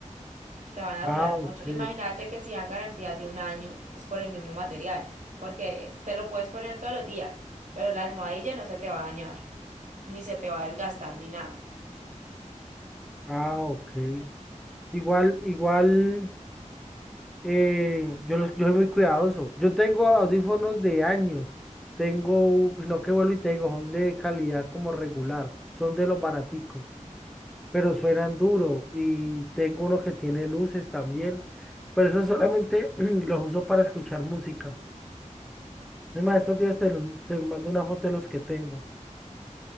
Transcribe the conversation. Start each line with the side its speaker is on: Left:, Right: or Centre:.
Right: te van a
Centre: Ah,
Right: durar
Centre: ok.
Right: mucho. Imagínate que si dan garantía de un año, es por el mismo material, porque te lo puedes poner todos los días, pero la almohadilla no se te va a dañar, ni se te va a desgastar, ni nada.
Centre: Ah, ok. Igual, igual. Eh, yo, los- yo soy muy cuidadoso. Yo tengo audífonos de años. Tengo, pues, no que vuelvo y te digo, son de calidad como regular. Son de los baraticos, pero suenan duro. Y tengo uno que tiene luces también. Pero eso solamente <clears throat> los uso para escuchar música. Es más, estos días te, lo- te mando una foto de los que tengo.